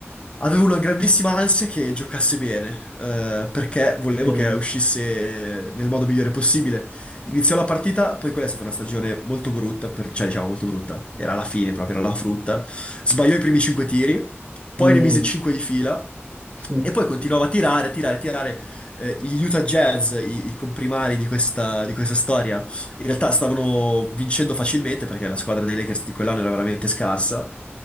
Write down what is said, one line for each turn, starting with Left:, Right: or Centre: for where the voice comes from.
Left: avevo una grandissima ansia che giocasse bene, eh, perché volevo
Right: Mm,
Left: che uscisse nel modo migliore possibile. Iniziò la partita, poi quella è stata una stagione molto brutta, per- cioè diciamo molto brutta, era la fine proprio, era la frutta. Sbagliò i primi cinque tiri, poi
Right: mm,
Left: ne mise cinque di fila
Right: <laughs>
Left: e poi continuava a tirare, a tirare, a tirare. Eh, gli Utah Jazz, i, i comprimari di questa, di questa storia, in realtà stavano vincendo facilmente perché la squadra dei Lakers di quell'anno era veramente scarsa.